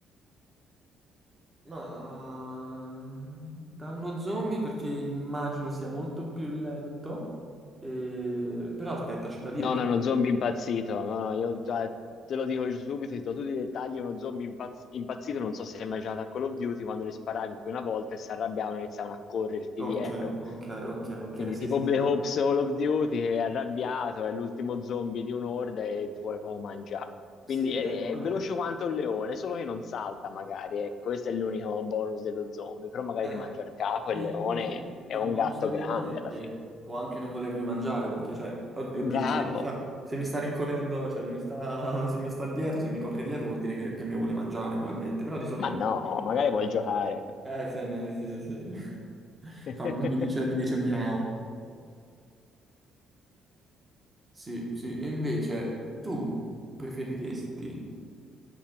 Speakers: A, on the right; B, on the left.
A: Ma da uno zombie perché immagino sia molto più lento. Eh, però aspetta, c'è da dire
B: No,
A: che
B: no, uno zombie impazzito. No, no, io eh, te lo dico subito, ti do tutti i dettagli. È Uno zombie impazz- impazzito, non so se hai mai giocato a Call of Duty, quando li sparavi una volta e si arrabbiavano e iniziavano a correrti
A: Ok,
B: dietro.
A: ok, ok, ok,
B: Quindi
A: sì,
B: tipo
A: sì,
B: Black
A: sì, allora,
B: Ops Call of Duty che è arrabbiato, è l'ultimo zombie di un'orda e ti vuole proprio mangiare. Quindi
A: sì,
B: è,
A: eh, no,
B: è veloce
A: eh,
B: quanto un leone, solo che non salta magari, ecco, questo è l'unico bonus dello zombie, però magari
A: eh,
B: ti mangia il capo
A: e
B: e il leone
A: invece
B: è
A: il
B: un
A: bonus
B: gatto
A: del
B: grande
A: leone è
B: alla
A: che
B: fine.
A: può anche non volermi mangiare, perché, cioè, od- oddio,
B: Bravo!
A: se, mi sta se mi sta rincorrendo, cioè, se mi sta, se mi sta dietro, se mi corre dietro vuol dire che, che mi vuole mangiare, probabilmente, però di solito
B: Ma no,
A: il leone-
B: magari vuoi giocare.
A: Eh, sì, no, sì, sì, sì, sì. <laughs>
B: <laughs>
A: Fa- mi dice, mi dice miau, sì, sì, e invece tu preferiresti